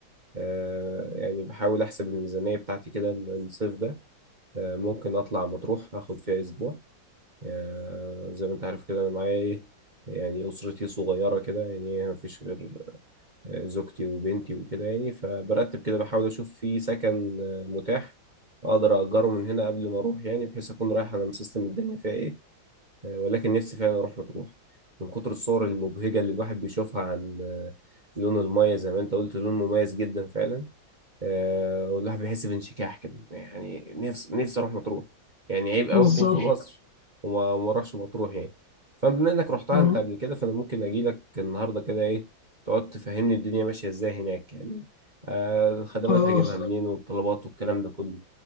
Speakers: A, on the right; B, on the left.
A: آه يعني بحاول احسب الميزانيه بتاعتي كده ال- الصيف ده آه ممكن اطلع مطروح اخد فيها اسبوع آه زي ما انت عارف كده انا معايا ايه يعني اسرتي صغيره كده يعني ما فيش غير آه، زوجتي وبنتي وكده يعني فبرتب كده بحاول اشوف في سكن آه، متاح اقدر اجره من هنا قبل ما اروح يعني بحيث اكون رايح انا مسيستم الدنيا فيها ايه آه، ولكن نفسي فعلا اروح مطروح من كتر الصور المبهجه اللي الواحد بيشوفها عن آه، لون المايه زي ما انت قلت لون مميز جدا فعلا آه، والواحد بيحس بانشكاح كده يعني نفسي نفسي اروح مطروح يعني عيب
B: بالظبط
A: قوي اكون في مصر وما وما اروحش مطروح يعني فبما انك رحتها
B: آه،
A: انت قبل كده فانا ممكن اجي لك النهارده كده ايه تقعد تفهمني الدنيا ماشيه ازاي هناك يعني آه، الخدمات
B: خلاص
A: هجيبها منين والطلبات والكلام ده كله